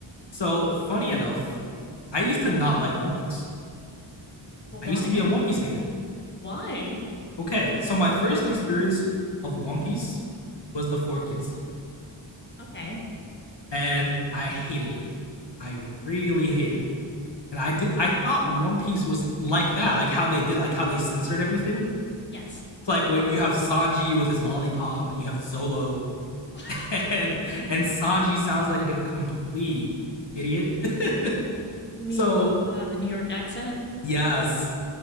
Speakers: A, on the left; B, on the left.
A: So, funny enough, I used to not like One Piece.
B: But
A: I
B: why?
A: used to be a One Piece hater.
B: Why?
A: Okay, so my first experience of One Piece was the four kids dub,
B: Okay.
A: and I hated it. I really hated it, and I did. I thought One Piece was like that, like how they did, like how they censored everything.
B: Yes.
A: It's like what you have Sanji with his lollipop, and you have Zolo,
B: <laughs>
A: <laughs> and and Sanji sounds like a complete idiot. <laughs>
B: You mean
A: so
B: uh, the New York accent?
A: yes,